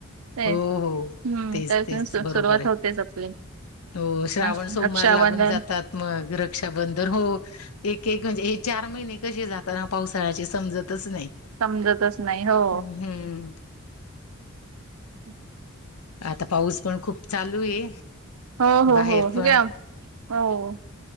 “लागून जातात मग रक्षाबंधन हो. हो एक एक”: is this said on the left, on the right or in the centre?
Left